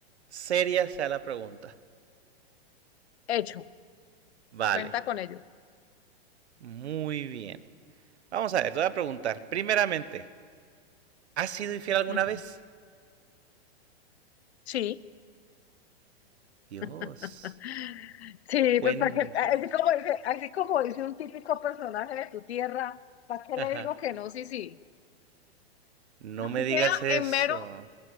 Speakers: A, on the right (about 85°); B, on the left (about 75°).
A: seria sea la pregunta.
B: hecho,
A: Vale,
B: cuenta con ello.
A: muy bien. Vamos a ver, te voy a preguntar. Primeramente, ¿has sido infiel alguna
B: Ujú.
A: vez?
B: Sí,
A: Dios,
B: <laughs> sí,
A: cuéntalo.
B: pues para que, así como dice, así como dice un típico personaje de tu tierra, ¿para qué
A: Ajá.
B: le digo
A: <gasps>
B: que no? Sí, sí.
A: No
B: Así
A: me digas
B: sea
A: eso.
B: en mero